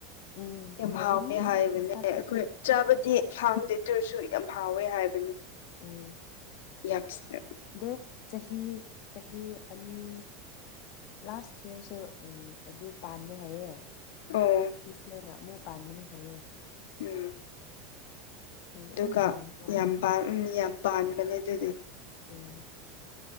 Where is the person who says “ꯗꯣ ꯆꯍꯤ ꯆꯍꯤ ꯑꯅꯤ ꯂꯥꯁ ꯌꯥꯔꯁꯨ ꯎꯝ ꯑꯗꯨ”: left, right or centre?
Left